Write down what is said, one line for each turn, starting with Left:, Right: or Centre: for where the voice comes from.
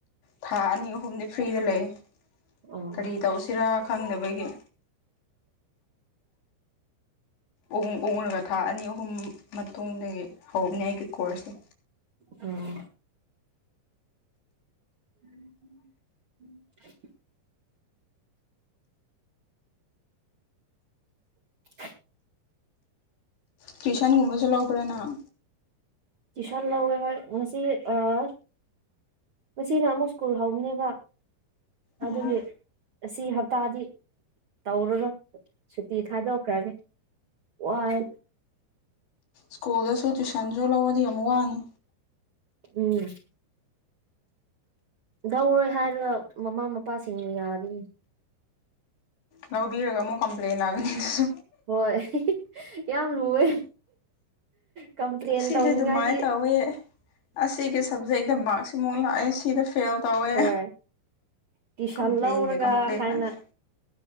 Left: ꯊꯥ ꯑꯅꯤ ꯑꯍꯨꯝꯗꯤ ꯐ꯭ꯔꯤꯗ ꯂꯩꯌꯦ
Right: ꯑꯣ
Left: ꯀꯔꯤ ꯇꯧꯁꯤꯔꯥ ꯈꯪꯗꯅꯕꯒꯤ ꯑꯣ ꯑꯣꯡꯂꯒ ꯊꯥ ꯑꯅꯤ ꯑꯍꯨꯝ ꯃꯇꯨꯡꯗꯒꯤ ꯍꯧꯕꯅꯦ ꯑꯩꯒꯤ ꯀꯣꯔꯁꯁꯦ
Right: ꯑꯣ ꯎꯝꯝ ꯎꯝ <inaudible> <inaudible>
Left: ꯇꯨꯏꯁꯟꯒꯨꯝꯕꯁꯨ ꯂꯧꯕ꯭ꯔꯥ ꯅꯪ
Right: ꯇꯌꯨꯁꯥꯟ ꯂꯧꯔꯔꯣꯢ ꯉꯁꯤ ꯑꯥ ꯃꯁꯤꯅ ꯑꯃꯨꯛ ꯁ꯭ꯀꯨꯜ ꯍꯧꯅꯦꯕ
Left: ꯎꯝ
Right: ꯑꯗꯨꯒꯤ ꯑꯁꯤ ꯍꯞꯇꯥꯗꯤ ꯇꯧꯔꯔꯣꯢ ꯁꯨꯇꯤ ꯊꯥꯗꯣꯛꯈ꯭ꯔꯅꯤ ꯋꯥꯏ
Left: ꯁ꯭ꯀꯨꯜꯗꯁꯨ ꯇꯨꯏꯁꯟꯁꯨ ꯂꯧꯔꯗꯤ ꯑꯃꯨꯛ ꯋꯥꯅꯤ
Right: ꯎꯝ ꯂꯧꯔꯣꯏ ꯍꯥꯏꯔꯒ ꯃꯃꯥ ꯃꯄꯥꯁꯤꯡꯅ ꯌꯥꯗꯦꯅꯦ
Left: ꯂꯧꯕꯤꯔꯒ ꯑꯃꯨꯛ ꯀꯝꯄ꯭ꯂꯦꯟ ꯂꯥꯛꯒꯅꯤ ꯑꯗꯨꯁꯨ
Right: ꯍꯣꯏ ꯌꯥꯝ ꯂꯨꯋꯦ ꯀꯝꯄꯔꯤꯟ
Left: ꯑꯁꯤꯗꯤ
Right: ꯇꯧꯅꯤꯡꯉꯥꯢꯗꯤ
Left: ꯑꯗꯨꯃꯥꯏꯅ ꯇꯧꯋꯦ ꯑꯁꯤꯒꯤ ꯁꯕꯖꯦꯛꯇ ꯃꯥꯛ ꯁꯤꯃꯨꯛ ꯂꯥꯛꯑꯦ ꯁꯤꯗ ꯐꯦꯜ ꯇꯧꯋꯦ
Right: ꯍꯣꯏ ꯇꯨꯏꯁꯟ
Left: ꯀꯝꯄ꯭ꯂꯦꯟꯒꯤ
Right: ꯂꯧꯔꯒ
Left: ꯀꯝꯄ꯭ꯂꯦꯟ
Right: ꯍꯥꯏꯅ
Left: ꯉꯥꯛꯇ